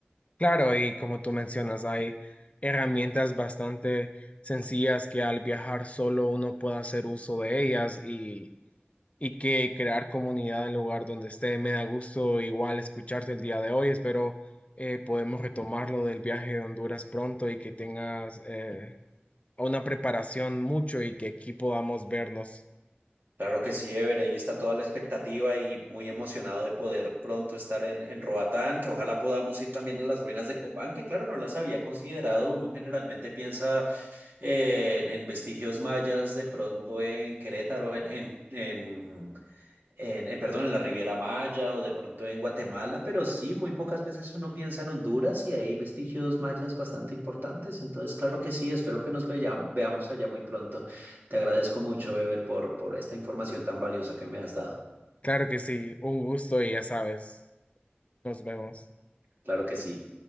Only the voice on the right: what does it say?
Claro que sí, Ever, ahí está toda la expectativa y muy emocionado de poder pronto estar en, en Roatán, que ojalá podamos ir también a las ruinas de Copán, que claro, no las había considerado. Uno generalmente piensa eh, en, en vestigios mayas, de pronto en Querétaro, en, en, en en, en, perdón, en la Riviera Maya o de pronto en Guatemala, pero sí, muy pocas veces uno piensa en Honduras y hay vestigios mayas bastante importantes. Entonces, claro que sí, espero que nos veya- veamos allá muy pronto. Te agradezco mucho, Ever, por, por esta información tan valiosa que me has dado.
Claro que sí.